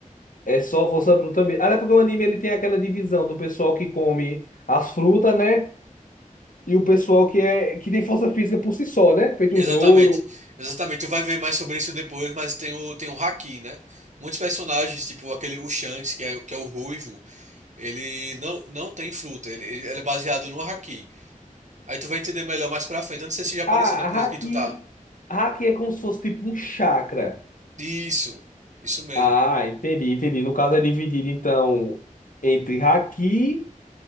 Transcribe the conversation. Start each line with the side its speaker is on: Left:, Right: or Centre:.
Left: É só força bruta mesmo. Até porque o anime ele tem aquela divisão do pessoal que come as frutas, né? E o pessoal que é que tem força física por si só, né? Feito
Right: Exatamente,
Left: o Zoro.
Right: exatamente. Tu vai ver mais sobre isso depois, mas tem o, tem o Haki, né? Muitos personagens, tipo aquele o Shanks, que é, que é o ruivo, ele não, não tem fruta, ele, ele é baseado no Haki. Aí tu vai entender melhor mais pra frente. Eu não sei se já apareceu
Left: Ah,
Right: na episódio
Left: a Haki,
Right: que tu tá.
Left: a Haki é como se fosse tipo um chakra.
Right: Isso, isso mesmo.
Left: Ah, entendi, entendi. No caso é dividido, então, entre haki